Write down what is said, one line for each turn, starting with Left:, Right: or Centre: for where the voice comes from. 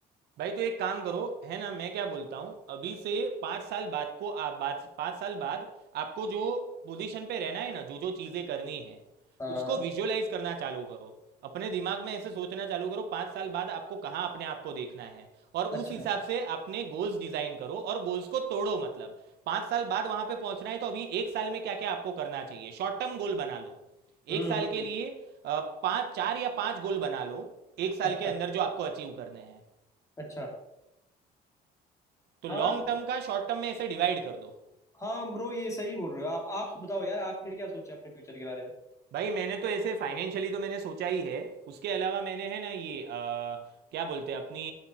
Right: भाई तो एक काम करो है ना मैं क्या बोलता हूँ अभी से पाँच साल बाद को आप बाद पाँच साल बाद आपको जो पोजीशन पे रहना है ना जो जो चीज़ें करनी है
Left: हाँ
Right: उसको विजुअलाइज करना चालू करो अपने दिमाग में ऐसे सोचना चालू करो पाँच साल बाद आपको कहाँ अपने आप को देखना है और
Left: अच्छा
Right: उस हिसाब से अपने गोल्स डिजाइन करो और गोल्स को तोड़ो मतलब पाँच साल बाद वहां पे पहुंचना है तो अभी एक साल में क्या क्या आपको करना चाहिए शॉर्ट टर्म गोल बना लो
Left: हम्म
Right: एक साल
Left: हम्म,
Right: के लिए अ, पाँच चार या पाँच गोल बना लो एक साल
Left: अच्छा
Right: के अंदर जो आपको अचीव करने हैं
Left: अच्छा
Right: तो लॉन्ग
Left: हाँ तो
Right: टर्म का शॉर्ट टर्म में ऐसे डिवाइड कर दो
Left: हाँ ब्रो ये सही बोल रहे हो आप आप बताओ यार आपने क्या सोचा अपने फ्यूचर के बारे में
Right: भाई मैंने तो ऐसे फाइनेंशियली तो मैंने सोचा ही है उसके अलावा मैंने है ना ये अ, क्या बोलते हैं अपनी